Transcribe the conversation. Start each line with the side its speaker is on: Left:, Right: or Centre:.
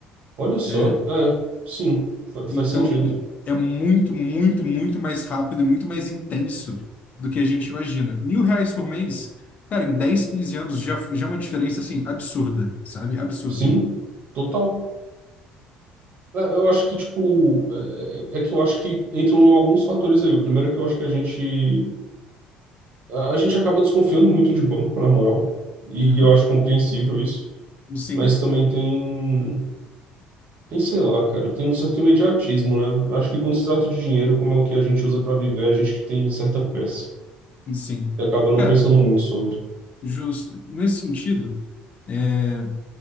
Right: Olha só.
Left: É, É,
Right: É, sim. fa- faz
Left: então,
Right: sentido.
Left: é muito, muito, muito mais rápido e muito mais intenso do que a gente imagina. Mil reais por mês, cara, em 10 15 anos já, já é uma diferença, assim, absurda, sabe? Absurda.
Right: Sim, total. É, é, eu acho que, tipo, é, é- é que eu acho que entram alguns fatores aí. O primeiro é que eu acho que a gente, a, a gente acaba desconfiando muito de banco, na moral. E
Left: Uhum.
Right: eu acho compreensível isso.
Left: Sim,
Right: mas também tem, tem, sei lá, cara, tem um certo imediatismo, né? Acho que quando se trata de dinheiro, como é o que a gente usa pra viver, a gente que tem certa pressa
Left: sim.
Right: e acaba não
Left: Cara,
Right: pensando muito sobre.
Left: justo. Nesse sentido, é,